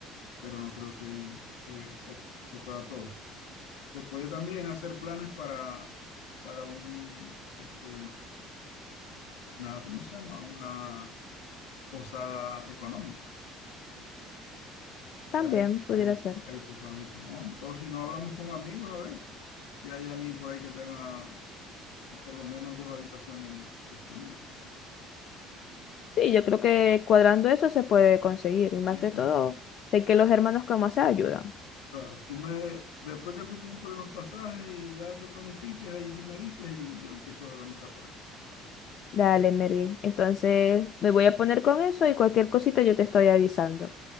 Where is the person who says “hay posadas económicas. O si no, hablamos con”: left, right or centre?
Left